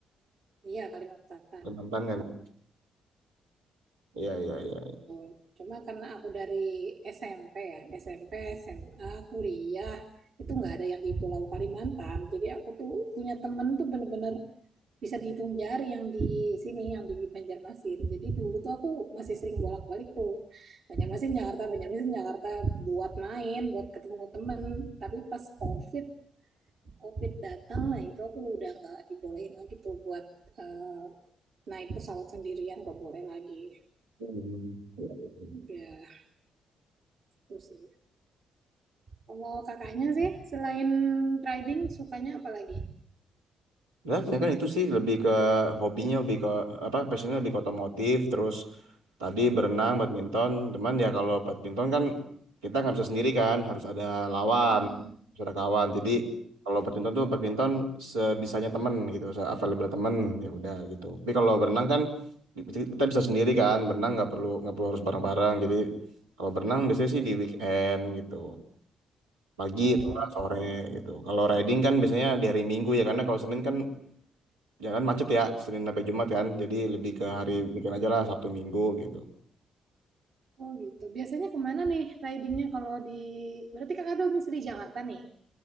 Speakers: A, on the right (about 60°); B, on the right (about 90°).
A: Iya, Kalimantan Selatan.
B: Kalimantan kan? ya? Iya, iya, iya.
A: Betul. Cuma karena aku dari SMP ya, SMP, SMA, kuliah, itu nggak ada yang di Pulau Kalimantan. Jadi aku tuh punya temen tuh bener-bener bisa dihitung jari yang di sini, yang di Banjarmasin. Jadi dulu tuh aku masih sering bolak-balik tuh. Banjarmasin, Jakarta, Banjarmasin, Jakarta buat main, buat ketemu temen. Tapi pas COVID, COVID datang, nah itu aku udah nggak dibolehin lagi tuh buat eh, naik pesawat sendirian, nggak boleh lagi.
B: Hmm. Iya, iya.
A: Udah. Itu sih. Kalau kakaknya sih, selain riding, sukanya apa lagi?
B: Nah, sebenarnya kan itu sih lebih ke hobinya, lebih ke apa passionnya lebih ke otomotif, terus tadi berenang, badminton. Cuman ya kalau badminton kan kita nggak bisa sendiri kan, harus ada lawan,
A: mm
B: harus ada kawan. Jadi kalau badminton tuh badminton sebisanya temen gitu, se- available temen ya udah gitu. Tapi kalau berenang kan bi- kita bisa sendiri kan, berenang nggak perlu nggak perlu harus bareng-bareng. Jadi kalau berenang biasanya sih di weekend gitu, pagi
A: Hmm,
B: atau nggak sore gitu. Kalau riding kan biasanya di hari Minggu ya, karena kalau Senin kan Jangan macet ya, Senin sampai Jumat kan. Jadi lebih ke hari weekend aja lah, Sabtu Minggu gitu.
A: oh gitu. Biasanya kemana nih ridingnya kalau di... Berarti kakak domisili Jakarta nih?